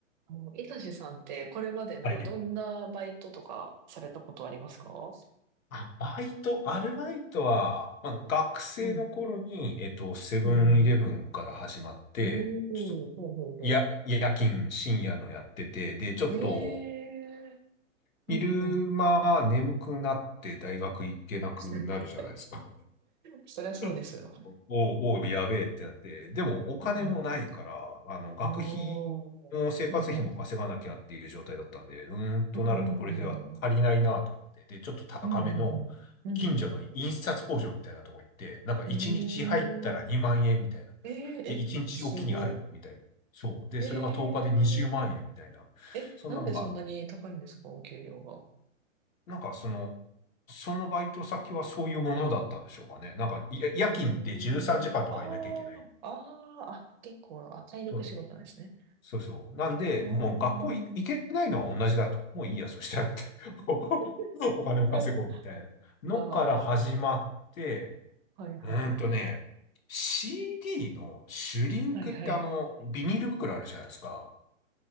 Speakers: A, on the right; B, on the left.
A: あのいたしさんって、これまでなんかどんなバイトとかされたことありますか
B: はい。あ、バイト、アルバイトは、まあ、学生の頃に、
A: うん、
B: えっと、セブンイレブンから始まって、
A: うん、うん。おー、ほうほうほ
B: ちょっと、や、夜勤、深夜のやってて、で、ちょっと、
A: う。ええー、うん、
B: 昼間眠くなって大学行けなくなるじゃないですか。
A: うん。<laughs> そりゃそうですよ。
B: うんおお、やべえってなって、でもお金もないから、
A: うん、うん。
B: あの、学費も生活費も稼がなきゃっていう状態だったんで、
A: おー、ほうほう
B: うーんとなるとこれでは足りないなと思って、
A: うん、うん、うん、
B: で、ちょっと高めの近所の印刷工場みたいなとこ行って、
A: うん、うん、うん、うん、う
B: なんか1日入ったら2万円みたいな。
A: ん、うん。えー、えー、
B: で、1日おきにあるみたいな。
A: え、すご。
B: そう。で、
A: えー、
B: それが10日で20万円みたいな。
A: え、
B: そんなのが
A: なんでそんなに高いんですか、お給料が。
B: なんかその、そのバイト先はそういうものだったんでしょうかね。なんか、い夜勤で13時間とかいなきゃいけない。
A: うーん。あーあー、あ、結構、あ、体力仕事なんですね。
B: そう、そうそう。なんで、
A: あー
B: もう学校い行けないのは同じだと。もういいや、そしたらって。<laughs>
A: <laughs>
B: お金を稼ごうみたいなのから始まって、
A: ああ、はいはい。
B: うーんとね、CD のシュリンクってあの、
A: はいはい。
B: ビニール袋あるじゃないですか。